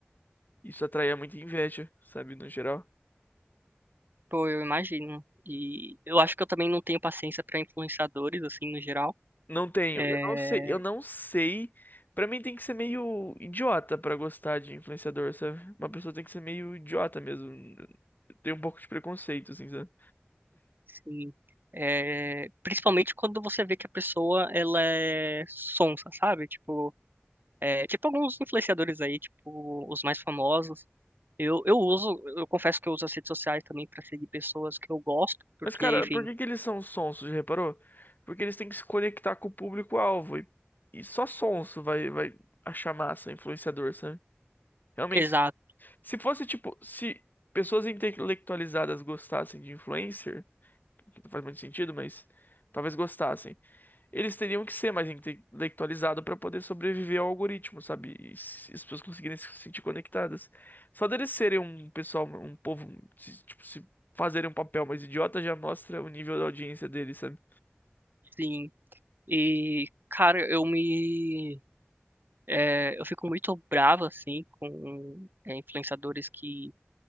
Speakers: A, on the left (about 45°); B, on the right (about 50°).
A: Isso atraía muita inveja, sabe? No geral.
B: pô, eu imagino. E eu acho que eu também não tenho paciência pra influenciadores, assim, no geral.
A: Não tenho.
B: É,
A: Eu não sei. Eu não sei. Pra mim tem que ser meio idiota pra gostar de influenciador, sabe? Uma pessoa tem que ser meio idiota mesmo. Tem um pouco de preconceito, assim, sabe?
B: Sim. É, principalmente quando você vê que a pessoa ela é sonsa, sabe? Tipo, é, tipo alguns influenciadores aí, tipo os mais famosos. Eu, eu uso, eu confesso que eu uso as redes sociais também pra seguir pessoas que eu gosto, porque,
A: Mas, cara,
B: enfim,
A: por que que eles são sonsos, já reparou? Porque eles têm que se conectar com o público-alvo. E, e só sonso vai, vai achar massa influenciador, sabe? Realmente,
B: exato,
A: se fosse tipo, se pessoas intelectualizadas gostassem de influencer, que não faz muito sentido, mas talvez gostassem. Eles teriam que ser mais intelectualizados para poder sobreviver ao algoritmo, sabe? E se- as pessoas conseguirem se sentir conectadas. Só deles serem um pessoal, um povo, se, tipo, se fazerem um papel mais idiota já mostra o nível da audiência deles, sabe?
B: sim. E, cara, eu me, é, eu fico muito bravo assim com é, influenciadores que